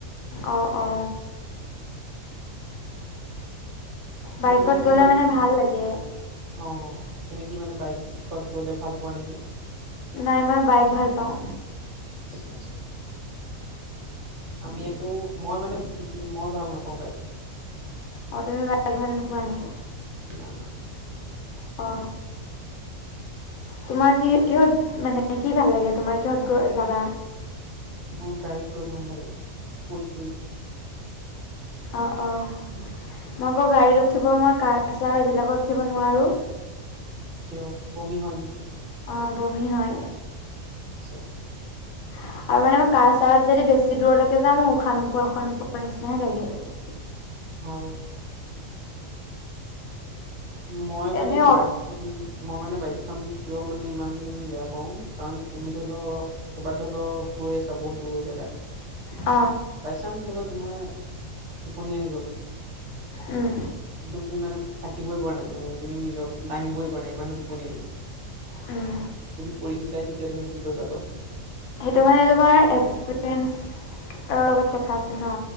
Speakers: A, on the left; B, on the right.
A: অ, অ, বাইকত
B: ত' তুমি কিহত
A: গ'লে মানে ভাল লাগে।
B: অ, তুমি কি মানে বাইকত গলে ভাল পোৱা নেকি?
A: নাই মই বাইক ভাল পাওঁ।
B: আচছা আচ্ছা আমি আকৌ মই মানে কি মই ভাল নাপাওঁ বাইক।
A: অ, তুমি <inaudible> ভাল নোপোৱা নেকি?
B: না না।
A: অ, তোমাৰ কি কিহত মানে কি ভাল লাগে তোমাৰ কিহত গ যাবা?
B: মোৰ গাড়ীত গৈ ভাল লাগে, শুই শুই।
A: অ, অ, মই আকৌ গাড়ীত উঠিব মই কাৰ চাৰ এইবিলাকত উঠিব নোৱাৰোঁ।
B: কিয় বমি হয় নেকি?
A: অ, বমি হয়।
B: আচ্ছা।
A: আৰু মানে মই কাৰ চাৰত যদি বেছি দূৰলৈকে যা মই উশাহ নোপোৱা উশাহ নোপোৱাৰ নিচিনাহে লাগে এতিয়া।
B: উ, মই মানে
A: এনে অ',
B: বাইক উ মই মানে বাইকখন কিয় মানে ইমান বেয়া পাওঁ কাৰণ তুমি ধৰি লও ক'ৰবাত ধৰি লও গৈ আছা বহুত দূৰৰ জেগাত,
A: অ,
B: বাই চান্স হলে তোমাৰ টোপনি আহি গ'ল?
A: উম,
B: তুমি মানে থাকিবই পৰা নাই মানে তুমি নিজক দাঙিবই পৰা নাই ইমানো টোপনি আহিছে,
A: উম,
B: যদি পঢ়ি যায় তেতিয়া তুমি কি কৰিবা কোৱাচোন?
A: সেইটো মানে তোমাৰ এক্সপিৰিয়েঞ্চৰ লগত কথা আছে ন।